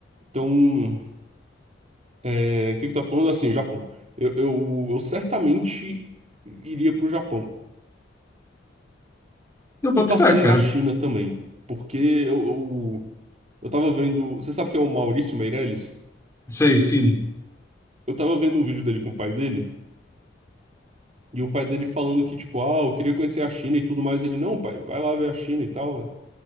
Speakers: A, on the right; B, on the left.
A: Então, É, o que que tá falando? Assim, Japão. Eu, eu, eu certamente iria pro Japão.
B: Eu boto
A: E passaria
B: fé, cara.
A: na China também. Porque eu, eu, eu tava vendo. Você sabe que é o Maurício Meirelles?
B: Sei, sim.
A: Eu tava vendo um vídeo dele com o pai dele. E o pai dele falando que, tipo, ah, eu queria conhecer a China e tudo mais. Ele, não, pai, vai lá ver a China e tal.